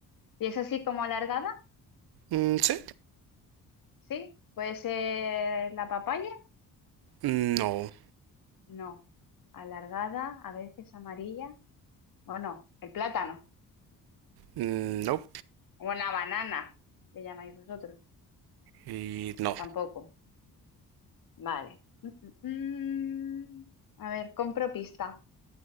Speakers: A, on the left (about 60°); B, on the right (about 80°).
A: ¿Y es así como alargada?
B: Mm, ¿sí?
A: Sí, puede ser la papaya,
B: No.
A: no. Alargada, a veces amarilla. Bueno, el plátano.
B: Mm, No.
A: Una banana, le llamáis vosotros.
B: Y no.
A: Tampoco. Vale. Mm, mm, mm. A ver, compro pista.